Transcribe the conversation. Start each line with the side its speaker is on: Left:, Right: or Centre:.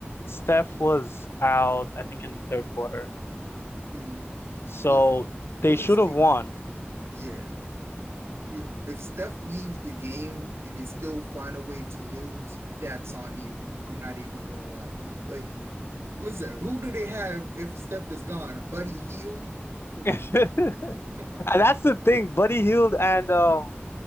Left: Steph was out, I think in the third quarter.
Right: Mm.
Left: So,
Right: Yeah.
Left: they
Right: Golden
Left: should
Right: State.
Left: have won.
Right: Yeah. yeah. If Steph leaves the game and they still find a way to lose, that's on you. I'm not even gonna lie. Like, listen, who do they have if Steph is gone? Buddy Hield? Like,
Left: <laughs>
Right: come on.
Left: And that's the thing, Buddy Hield and um